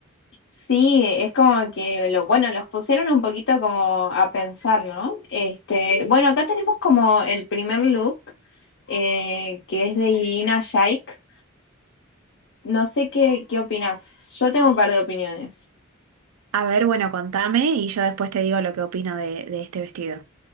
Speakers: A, on the left; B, on the right.
A: Sí, es como que lo, bueno, los pusieron un poquito como a pensar, ¿no? Este, bueno, acá tenemos como el primer look, eh, que es de Irina Shayk. No sé qué, qué opinas. Yo tengo un par de opiniones.
B: A ver, bueno, contame y yo después te digo lo que opino de, de este vestido.